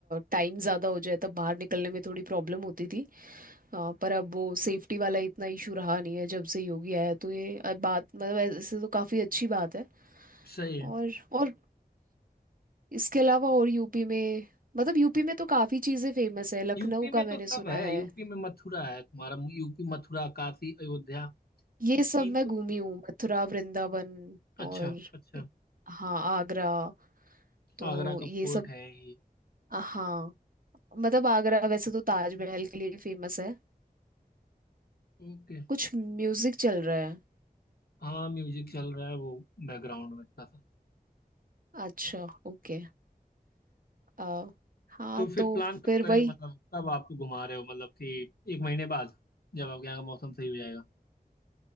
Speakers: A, on the right; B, on the left.
A: टाइम ज़्यादा हो जाए तब बाहर निकलने में थोड़ी प्रॉब्लम होती थी अ, पर अब वो सेफ्टी वाला इतना इशू रहा नहीं है जब से योगी आया है तो ये अ, बात मतलब ऐसे तो काफ़ी अच्छी बात है
B: सही है
A: और और इसके अलावा और यूपी में मतलब यूपी में तो काफ़ी चीज़ें फेमस है लखनऊ
B: यूपी में
A: का मैंने
B: तो सब
A: सुना
B: है
A: है
B: यूपी में मथुरा है तुम्हारा यूपी मथुरा काशी अयोध्या
A: ये सब
B: तीन
A: मैं
B: तो
A: घूमी हूँ मथुरा वृंदावन
B: अच्छा
A: और
B: अच्छा
A: हाँ आगरा तो
B: आगरा का
A: ये
B: फोर्ट
A: सब
B: है ही
A: हाँ मतलब आगरा वैसे तो ताजमहल के लिए फेमस है
B: ओके
A: कुछ म्यूजिक चल रहा है
B: हाँ म्यूजिक चल रहा है वो बैकग्राउंड में थोड़ा सा
A: अच्छा ओके आ, हाँ
B: तो फिर
A: तो
B: प्लान कब
A: फिर
B: करें
A: वही
B: मतलब कब आपको घुमा रहे हो मतलब कि एक महीने बाद जब आपके यहाँ का मौसम सही हो जाएगा